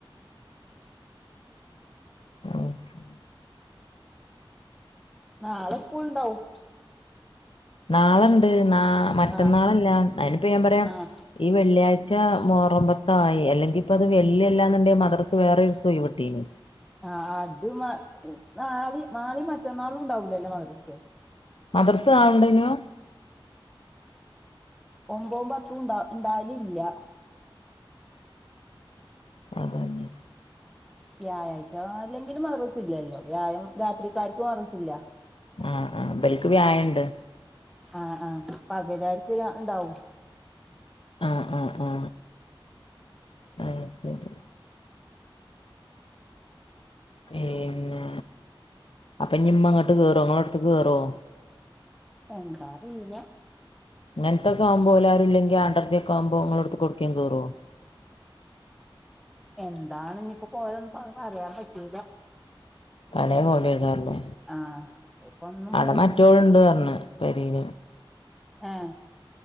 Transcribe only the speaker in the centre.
നാളെ സ്കൂള് ഇണ്ടാവും
ആഹ്
ആഹ്
ആഹ് അത് നാളെയും നാളെയും മറ്റന്നാളും ഉണ്ടാവൂലല്ലേ മദ്രസേ
ഒമ്പതും പത്തും ഉണ്ട ഉണ്ടാവലില്ല
വ്യാഴാഴ്ച അല്ലെങ്കിലും മദ്രസ ഇല്ലല്ലോ വ്യാഴം രാത്രിക്കാലത്ത് മദ്രസയില്ല
ആഹ് ആഹ് പതിവ് കാർക്ക് ഉണ്ടാവും
എന്താ അറിയില്ല
എന്താണ് ഇനിയിപ്പോ കോലവൊന്നും പറയാൻ പറ്റൂല്ല
ആഹ് ഇപ്പൊ ഒന്നും
പറയാൻ
പറ്റൂല
ആഹ്